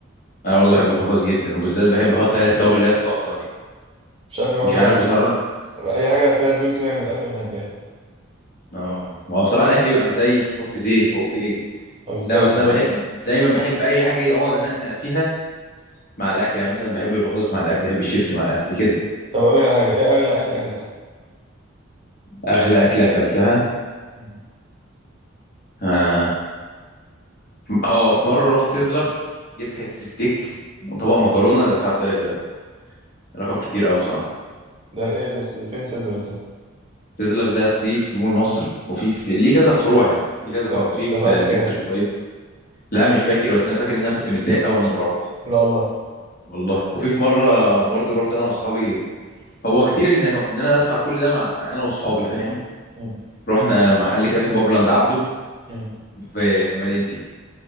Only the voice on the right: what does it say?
مش عارف ليه برضو
بي... اي حاجه فيها زيوت كده جنب الاكل ما بحبهاش
اه بالظبط
يعني
طب اقول لك على حاجه ايه اغلى اكل اكلتها
مم.
ده ايه ده فين سيزر ده
ده
دفعت
كام
لا والله
مم.
مم.